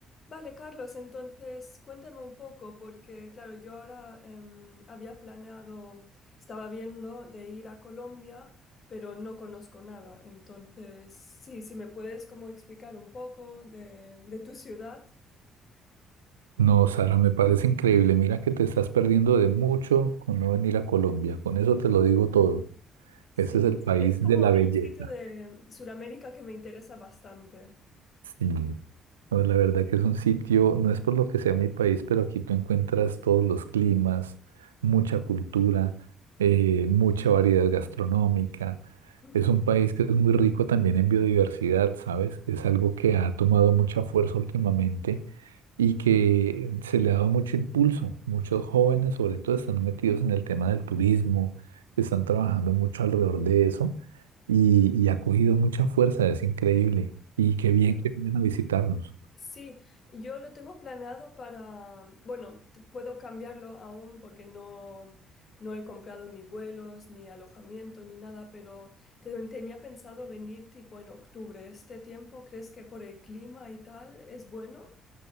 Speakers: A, on the left (about 40°); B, on the right (about 80°).
A: Vale, Carlos, entonces cuéntame un poco, porque claro, yo ahora em, había planeado, estaba viendo de ir a Colombia, pero no conozco nada. Entonces, sí, si me puedes como explicar un poco de, de tu ciudad.
B: No, Sara, me parece increíble. Mira que te estás perdiendo de mucho con no venir a Colombia. Con eso te lo digo todo.
A: Sí,
B: Ese es el país
A: sí, es como
B: de la
A: el
B: belleza.
A: sitio de Sudamérica que me interesa bastante.
B: Sí. No, la verdad que es un sitio, no es por lo que sea mi país, pero aquí tú encuentras todos los climas, mucha cultura, eh, mucha variedad gastronómica.
A: Ujú.
B: Es un país que es muy rico también en biodiversidad, ¿sabes? Es algo que ha tomado mucha fuerza últimamente y que se le ha dado mucho impulso. Muchos jóvenes, sobre todo, están metidos en el tema del turismo, están trabajando mucho alrededor de eso y, y ha cogido mucha fuerza, es increíble. Y qué bien que vienen a visitarnos.
A: Sí, yo lo tengo planeado para, bueno, t- puedo cambiarlo aún porque no, no he comprado ni vuelos, ni alojamiento, ni nada, pero te- tenía pensado venir tipo en octubre. ¿Este tiempo crees que por el clima y tal es bueno?